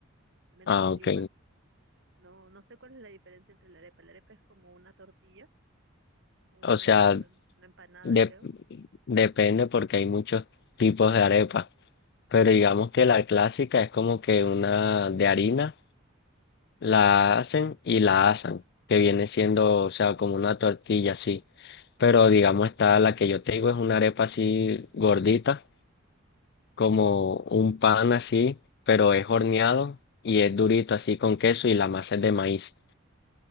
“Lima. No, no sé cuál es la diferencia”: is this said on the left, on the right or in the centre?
Right